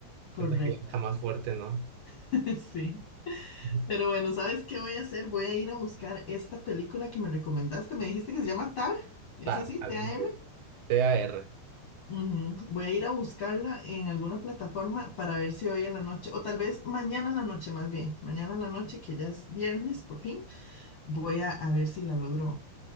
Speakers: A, on the left; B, on the right.
A: correcto.
B: siento que ya está más fuerte, ¿no?
A: <laughs> Sí.
B: Ujú.
A: Pero bueno, ¿sabes qué voy a hacer? Voy a ir a buscar esta película que me recomendaste. Me dijiste que se llama Tar. ¿Es
B: Ta,
A: así?
B: así
A: ¿T-A-R?
B: es. TAR,
A: Ujú. Voy a ir a buscarla en alguna plataforma para ver si hoy en la noche, o tal vez mañana en la noche más bien, mañana en la noche que ya es viernes por fin, voy a, a ver si la logro,